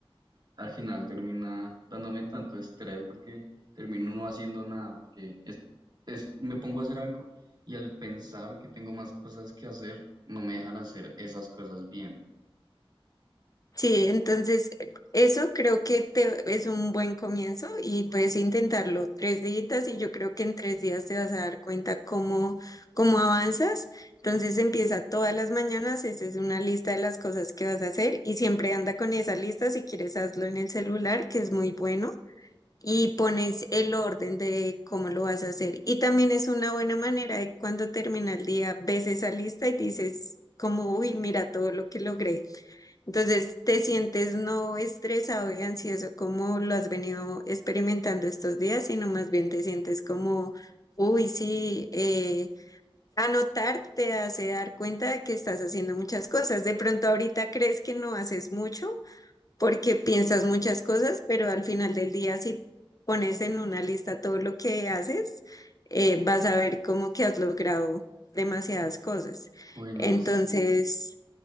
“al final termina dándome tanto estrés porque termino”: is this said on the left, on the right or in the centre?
Right